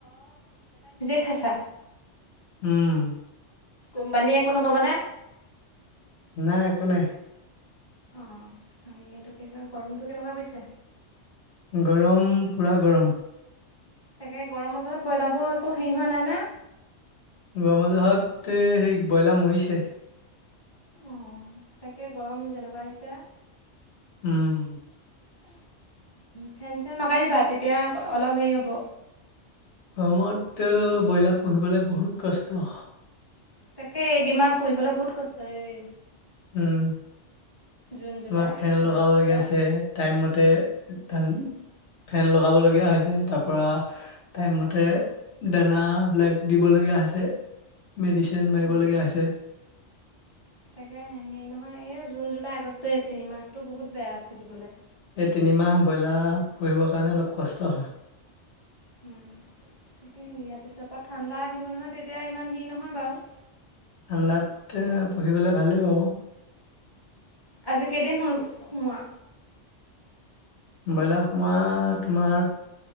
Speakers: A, on the left; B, on the left.
A: খাই চা।
B: উম।
A: কোম্পানীয়ে এনো নক'বনে
B: নাই একো নাই।
A: অঁ সেইটো, গৰমটো কেনেকুৱা পৰিছে?
B: গৰম পুৰা গৰম।
A: তাকে গৰম মজহত ব্ৰইলাৰবোৰ একো হেৰি হোৱা নাই না।
B: গৰম মাজহতে, সেই ব্ৰইলাৰ মৰিছে!
A: অঁ তাকে গৰম যেনেকুৱা দিছে!
B: উম।
A: ফেন চেন লগাই দিবা তেতিয়া অলপ হেৰি হ'ব।
B: গৰমত ব্ৰইলাৰ পুহিবলৈ বহুত কষ্ট।
A: তাকে এই কেইমাহ পুহি বলৈ বহুত কষ্ট, এই
B: উম,
A: জুন জুলাই
B: তোমাৰ ফেন
A: আগষ্ট
B: লগাব লগীয়া হৈছে টাইম মতে ধান ফেন লগাবলগীয়া হৈছে তাৰ পৰা টাইমতে। দান বিলাক দিবলগীয়া হৈছে মেডিচিন মাৰিব
A: উম
B: লগীয়া হৈছে।
A: তাকে। হেৰি নহয় এই জুন জুলাই আগষ্ট এই তিনিমাহটো বহুত বেয়া পুহিবলে।
B: এই তিনিমাহ ব্ৰইলাৰ পুহিবৰ কাৰণে অলপ কষ্ট হয়।
A: উম। তাকে ইয়াৰ পিছৰ পৰা ঠাণ্ডা আহিব নহয় তেতিয়া ইমান হেৰি নহয় বাৰু।
B: ঠাণ্ডাত পুহিবলৈ ভালেই বাৰু।
A: আজি কেইদিন হল সোমোৱা।
B: ব্ৰইলাৰ সোৱা তোমাৰ